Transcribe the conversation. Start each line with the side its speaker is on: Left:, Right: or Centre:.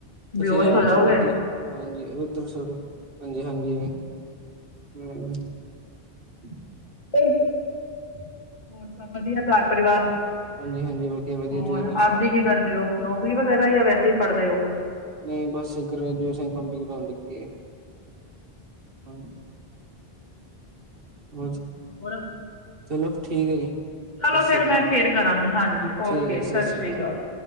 Right: ਤੁਸੀਂ
Left: ਬੇਹੋਸ਼
Right: ਐ
Left: ਹੋ ਜਾਓਗੇ
Right: ਛੋੜੋ ਦੀ ਹਾਂਜੀ ਉਧਰ ਸੋੜੋ ਹਾਂਜੀ ਹਾਂਜੀ ਹੂੰ। <inaudible>
Left: ਪੇਈ ਹੋਰ ਸਭ ਵਧੀਆ ਘਰ ਪਰਿਵਾਰ। ਹੋਰ
Right: ਹਾਂਜੀ ਹਾਂਜੀ ਵਧੀਆ ਵਧੀਆ ਤੁਸੀਂ
Left: ਆਪਦੀ
Right: ਦੱਸੋ
Left: ਗੀ ਕੀ ਕਰਦੇ ਓ ਨੌਕਰੀ ਵਗੈਰਾ ਜਾਂ ਵੈਸੇ ਹੀ ਪੜ੍ਹਦੇ ਹੋ?
Right: ਨਹੀਂ ਬਸ ਗ੍ਰੈਜੂਏਸ਼ਨ ਕੰਪਲੀਟ ਹੋਣ ਲੱਗੀ‌ ਏ। ਹਾਜ ਹੋਰ ਦੱਸੋ
Left: ਹੋਰ
Right: ਚਲੋ ਠੀਕ ਐ ਜੀ।
Left: ਚਲੋ
Right: ਸਤਿ ਸ਼੍ਰੀ
Left: ਫੇਰ
Right: ਅਕਾਲ
Left: ਮੈਂ ਫੇਰ ਕਰਾਂਗੀ, ਹਾਂਜੀ
Right: ਠੀਕ
Left: ਓਕੇ
Right: ਹੈ ਜੀ
Left: ਸਤਿ
Right: ਸ਼੍ਰੀ
Left: ਸ੍ਰੀ ਅਕਾਲ।